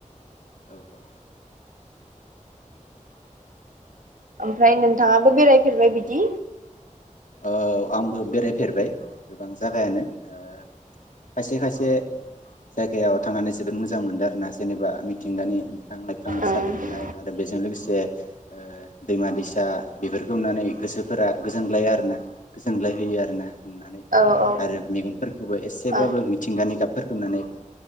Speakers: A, on the left; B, on the right.
A: औ औ
B: ओमफ्राय नोंथाङाबो बेरायफेरबाय बिदि?
A: औ आंबो बेरायफेरबाय गोबां जागायावनो ओ खायसे खायसे जायगायाव थांनानै जोबोद मोजां मोनदों आरोना जेनेबा मिथिंगानि बिफां लाइफां
B: ओं
A: साग्लोबनाय आरो बेजों लोगोसे ओ दैमा दैसा बेफोरखौ नुनानै गोसोफोरा गोजोनग्लायो आ रो ना गोजोनग्लाय होयो आरो ना नुनानै
B: औ औ
A: आरो मेगनफोरखौबो एसेबाबो
B: ओं
A: मिथिंगानि गाब फोरखौ नुनानै